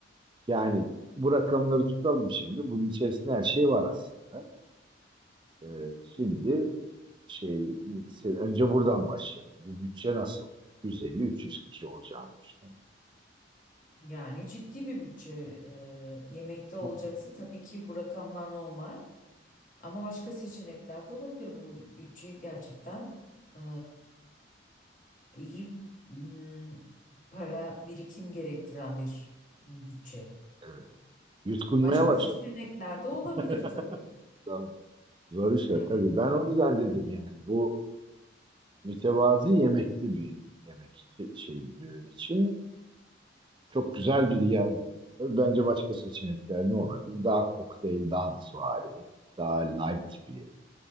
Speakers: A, on the right; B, on the left.
A: Yani bu rakamları tutalım şimdi. Bunun içerisinde her şey var aslında. Ee, şimdi şey se- önce buradan başlayalım. Bu bütçe nasıl? 150-300 kişi olacağını düşünüyorum.
B: Yani ciddi bir bütçe e, yemekte olacaksa
A: Çok
B: tabii ki bu rakamlar normal. Ama başka seçenekler de olabilir. Bu bütçeyi gerçekten e, iyi m, para birikim gerektiren bir bütçe.
A: evet. Yutkunmaya
B: Başka
A: başladım.
B: seçenekler de olabilir
A: <laughs>
B: tabii.
A: Tamam. Zor işler
B: Evet.
A: tabii. Ben o yüzden dedim yani bu mütevazı yemekli bir yemek için- şey düğün için çok güzel bir yerdi. Tabii bence başka seçenekler ne olabilir? Daha kokteyl, daha suvari, daha light bir